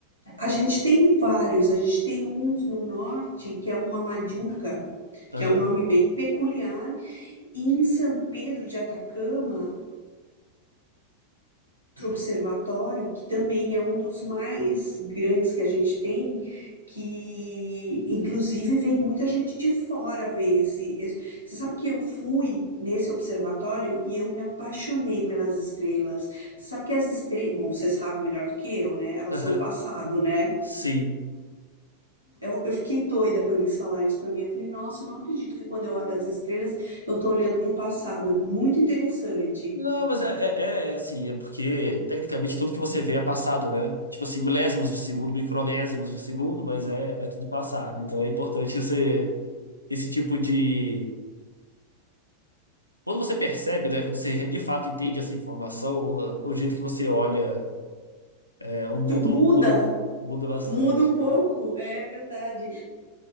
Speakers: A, on the right; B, on the left.
A: a gente tem vários, a gente tem uns no norte que é uma Majuca,
B: Aham,
A: que é um nome bem peculiar, e em São Pedro de Atacama outro observatório, que também é um dos mais grandes que a gente tem, que inclusive vem muita gente de fora ver esse, esse- Você sabe que eu fui nesse observatório e eu me apaixonei pelas estrelas. Você sabe que as estrelas. Bom, você sabe melhor do que eu, né? Elas
B: aham,
A: são o passado, né?
B: sim.
A: Eu, eu fiquei doida quando eles falaram isso pra mim. Eu falei, nossa, eu não acredito que quando eu olho as estrelas, eu tô olhando pro passado. É muito interessante.
B: Não, mas é, é, é é, assim, é porque tecnicamente tudo que você vê é passado, né? Tipo assim, milésimos de segundo, micronésimos de segundo, mas é, é tudo passado. Então é importante você, esse tipo de. Quando você percebe, né? Quando você de fato entende essa informação, o jeito que você olha, é, o mundo
A: Muda,
B: muda, muda bastante.
A: muda um pouco, é verdade.